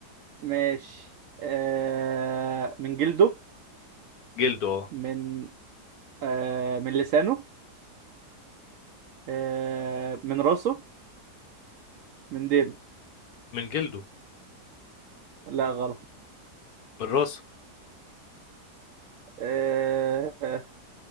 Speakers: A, on the right (about 70°); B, on the left (about 65°).
A: ماشي آه... من جلده
B: جلده اه
A: من آه... من لسانه آه... من راسه من ديله
B: من جلده
A: لا غلط
B: من راسه
A: آه... آه،